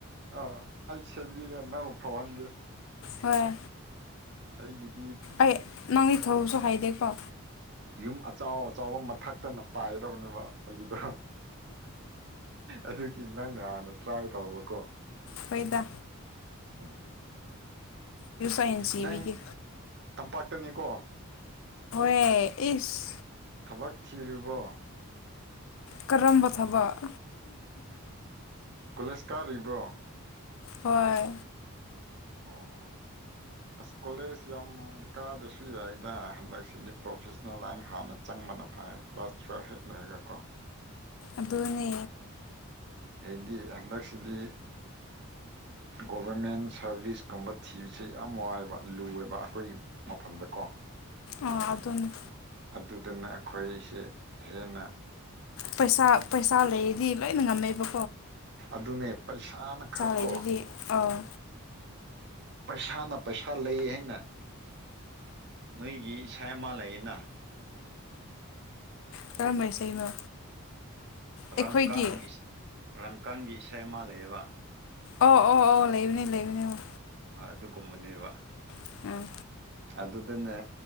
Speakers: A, on the right (about 50°); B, on the left (about 65°).
A: ꯑꯥ ꯑꯩ ꯁꯦꯝꯕꯤꯒ ꯅꯉꯧ ꯊꯧꯅꯤꯕ
B: ꯍꯣꯏ
A: ꯑꯩꯒꯤ
B: ꯑꯩ ꯅꯪꯗꯤ ꯊꯧꯕꯁꯨ ꯍꯥꯏꯗꯦꯀꯣ
A: ꯌꯨꯝ ꯑꯆꯥꯎ ꯑꯆꯕ ꯃꯊꯛꯇꯅ ꯄꯥꯏꯒꯗꯕꯅꯦꯕ ꯑꯩꯒꯤꯗ ꯑꯗꯨꯒꯤ ꯅꯪꯅ ꯍꯥꯟꯅ ꯇ꯭ꯔꯥꯏ ꯇꯧꯕꯀꯣ
B: ꯐꯗ
A: ꯎꯝ
B: ꯑꯩꯅ ꯁꯤꯕꯤꯒꯦ
A: ꯅꯪ ꯇꯝꯄꯥꯛꯇꯅꯤꯀꯣ
B: ꯑꯦꯏꯁ
A: ꯊꯕꯛ ꯊꯤꯔꯤꯕꯣ
B: ꯀꯔꯝꯕ ꯊꯕꯛ
A: ꯀꯣꯂꯦꯖ ꯀꯥꯔꯤꯕ꯭ꯔꯣ
B: ꯍꯣꯏ
A: ꯑꯣ ꯑꯁ ꯀꯣꯂꯦꯖ ꯌꯥꯝ ꯀꯥꯗꯁꯨ ꯌꯥꯏꯗ ꯍꯟꯗꯛꯁꯤꯗꯤ ꯄ꯭ꯔꯣꯐꯦꯁꯅꯦꯜ ꯂꯥꯏꯟ ꯍꯥꯟꯅ ꯆꯪꯉ ꯥꯏ ꯀ꯭ꯂꯥꯁ ꯍ ꯂꯩꯔꯦꯒ ꯀꯣ
B: ꯑꯗꯨꯅꯦ
A: ꯍꯥꯏꯗꯤ ꯍꯟꯗꯛꯁꯤꯗꯤ ꯒꯣꯚꯔꯃꯦꯟ ꯁꯥꯔꯚꯤꯁꯀꯨꯝꯕ ꯊꯤꯕꯁꯦ ꯌꯥꯝ ꯋꯥꯏꯕ ꯂꯨꯋꯦꯕ ꯑꯩꯈꯣꯏꯒꯤ ꯃꯐꯝꯗꯀꯣ <unintelligible>
B: ꯑꯥ ꯑꯗꯨꯅꯦ
A: ꯑꯗꯨꯗꯨꯅ ꯑꯩꯈꯣꯏꯁꯦ ꯍꯦꯟꯅ
B: ꯄꯩꯁꯥ ꯄꯩꯁꯥ ꯂꯩꯗꯤ ꯂꯣꯏꯅ ꯉꯝꯃꯦꯕ
A: ꯑꯗꯨꯅꯦ ꯄꯩꯁꯥꯅ ꯈꯛ
B: ꯂꯩꯔꯗꯤ
A: ꯀꯣ
B: ꯑꯥ
A: ꯄꯩꯁꯥꯅ ꯄꯩꯁꯥ ꯂꯩ ꯍꯥꯏꯅ ꯅꯣꯏꯒꯤ ꯏꯁꯩ ꯑꯃ ꯂꯩꯌꯦꯅ
B: ꯀꯔꯝꯕ ꯏꯁꯩꯅꯣ
A: ꯔꯪꯀ
B: ꯑꯩꯈꯣꯏꯒꯤ
A: ꯔꯪꯀꯪꯒꯤ ꯏꯁꯩꯃꯥꯜꯂꯑꯕ
B: ꯑꯣ ꯑꯣ ꯑꯣ ꯂꯩꯕꯅꯦ ꯂꯩꯕꯅꯦ ꯑꯣ
A: ꯍꯣꯏ ꯑꯗꯨꯒꯨꯝꯕꯅꯦꯕ
B: ꯑꯥ
A: ꯑꯗꯨꯗꯅꯦ